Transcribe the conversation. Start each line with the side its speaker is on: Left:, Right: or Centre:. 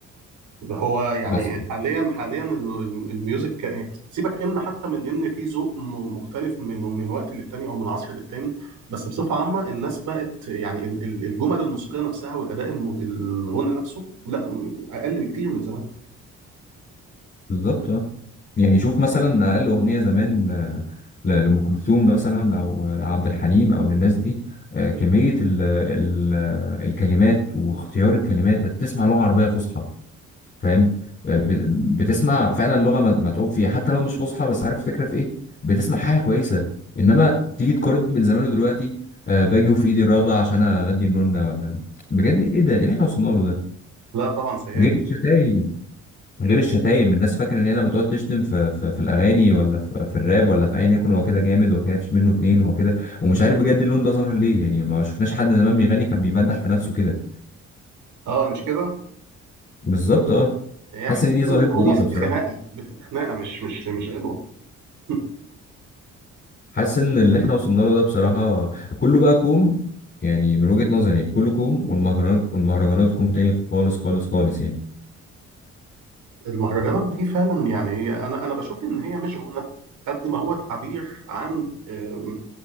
Right: هو يعني
Left: بس
Right: حاليا حاليا ال- ال- الميوزك ك- سيبك ان حتى من ان في ذوق م- مختلف من من وقت للتاني او من عصر للتاني بس بصفه عامه الناس بقت يعني ال- ال- الجمل الموسيقيه نفسها والاداء الم- الغنى نفسه لا م- اقل بكتير من زمان
Left: بالظبط اه يعني شوف مثلا اقل اغنيه زمان آه، ل- لام كلثوم مثلا او لعبد الحليم او للناس دي آه، كميه ال ال الكلمات واختيار الكلمات بتسمع لغه عربيه فصحى فاهم آه، ب- بتسمع فعلا لغه م- متعوب فيها حتى لو مش فصحى بس عارف الفكره في ايه بتسمع حاجه كويسه انما تيجي تقارن بين زمان ودلوقتي آه، باجي وفي ايدي الرابعه عشان اغدي النونه ولا بجد ايه ده ايه اللي احنا وصلنا له ده
Right: لا طبعا سيئه
Left: غير
Right: جدا
Left: الشتايم غير الشتايم الناس فاكره ان هي لما تقعد تشتم في, في, في الاغاني ولا في, في الراب ولا في ايا يكن هو كده جامد هو كده مفيش منه اتنين هو كده ومش عارف بجد اللون ده ظاهر ليه يعني ما شفناش حد زمان بيغني كان بيمدح في نفسه كده
Right: اه مش كده
Left: بالظبط اه
Right: هي
Left: حاسس
Right: حاليا
Left: ان دي ظاهره
Right: الغنى
Left: غريبه
Right: خ-
Left: بصراحه
Right: خناقه بتبقى خناقه مش مش مش غنوه <laughs>
Left: حاسس ان اللي احنا وصلنا له ده بصراحه كله بقى كوم يعني من وجهه نظري يعني كله كوم والمهرجانات والمهرجانات كوم تاني خالص خالص خالص يعني
Right: المهرجانات دي فعلا يعني هي انا انا بشوف ان هي مش غنى قد ما هو تعبير عن آم،